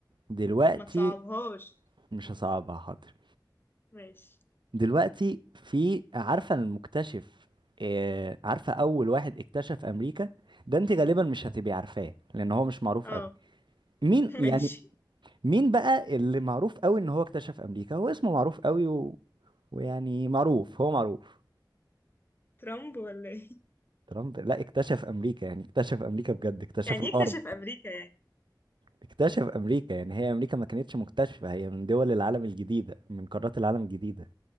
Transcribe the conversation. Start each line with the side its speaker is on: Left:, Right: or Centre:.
Right: دلوقتي
Left: ما تصعبهاش
Right: مش هصعبها حاضر
Left: ماشي
Right: دلوقتي في عارفة المكتشف آه، عارفة أول واحد اكتشف أمريكا ده أنت غالبا مش هتبقي عارفاه لأن هو مش معروف
Left: اه
Right: أوي مين
Left: <laughs>
Right: يعني
Left: ماشي
Right: مين بقى اللي معروف أوي إن هو اكتشف أمريكا هو اسمه معروف أوي و... ويعني معروف هو معروف
Left: ترامب ولا ايه
Right: ترامب لا اكتشف أمريكا يعني اكتشف أمريكا بجد اكتشف
Left: يعني
Right: الأرض
Left: يكتشف امريكا يعني
Right: اكتشف أمريكا يعني هي أمريكا ما كانتش مكتشفة هي من دول العالم الجديدة من قارات العالم الجديدة